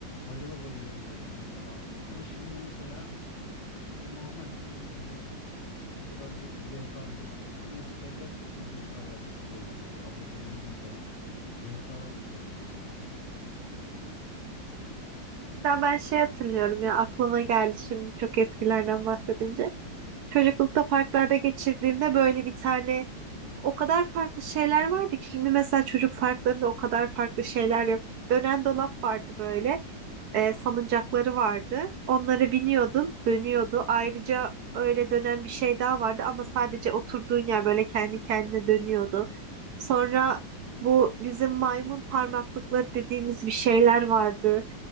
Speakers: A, on the left; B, on the right.
A: bayıla bayıla yiyordum mesela onu. Ama şimdi mesela normal dümdüz yiyorum. O kadar bir zevk almıyorum yani. Ama eskiden gerçekten zevk alarak böyle mesela bir abur cubur yediğim zaman zevk alarak yiyordum mesela.
B: Ya ben şey hatırlıyorum ya aklıma geldi şimdi çok eskilerden bahsedince. Çocuklukta parklarda geçirdiğimde böyle bir tane o kadar farklı şeyler vardı ki şimdi mesela çocuk parklarında o kadar farklı şeyler yok. Dönen dolap vardı böyle. E, salıncakları vardı. Onları biniyordun, dönüyordu. Ayrıca öyle dönen bir şey daha vardı ama sadece oturduğun yer böyle kendi kendine dönüyordu. Sonra bu bizim maymun parmaklıkları dediğimiz bir şeyler vardı.